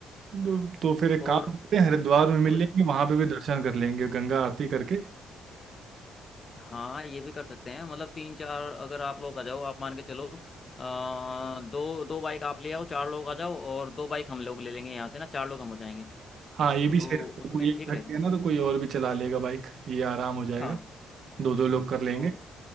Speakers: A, on the right (about 60°); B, on the left (about 35°).
A: तो, तो फिर एक
B: और
A: काम करते हैं हरिद्वार में मिल
B: कोई-
A: लेंगे वहाँ पे भी दर्शन कर लेंगे गंगा आरती करके
B: हाँ ये भी कर सकते हैं मतलब तीन चार अगर आप लोग आ जाओ आप मान के चलो आ, दो दो बाइक आप ले आओ चार लोग आ जाओ और दो बाइक हम लोग ले लेंगे यहाँ से ना चार लोग हम हो जाएंगे
A: हाँ ये
B: तो
A: भी सही रहेगा,
B: उसमें
A: कोई एक
B: ठीक
A: थक
B: रहेगा
A: गया ना तो कोई और भी चला लेगा बाइक ये आराम हो जाएगा
B: हाँ
A: दो दो लोग कर लेंगे
B: तो